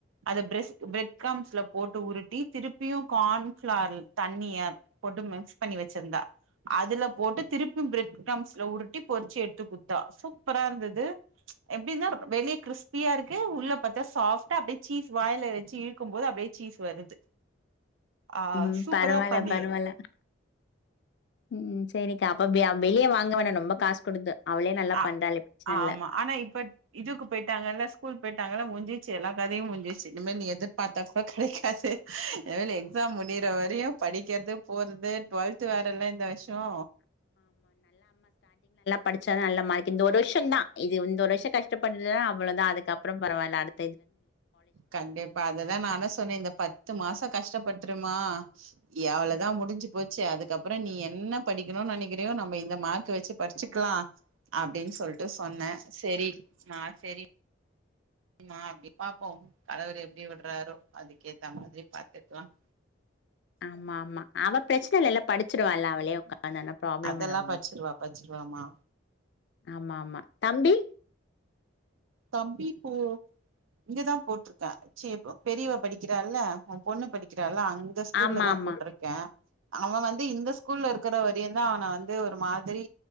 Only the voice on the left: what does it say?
ம்
பரவால
பரவால ம் செரிக்கா <unintelligible> வெளிய வாங்கவேணா நொம்ப காஸ் குடுத்து அவளே நல்லா
பண்றாளே பிரச்சன இல்ல
படிச்சாதா நல்ல மார்க் இந்த ஒரு வருஷம் தான் இது இந்த ஒரு வருஷம் கஷ்டபட்டுடனா அவ்வளோதான் அதுக்கப்புறம் பரவால்ல அ
ஆமா ஆமா அவ பிரச்சன இல்லல படிச்சிருவாள்ல அவளே உக்காந்தன்ன ப்ராப்ளம்
இல்ல உங்களுக்கு
ஆமா ஆமா தம்பி
ஆமா
ஆமா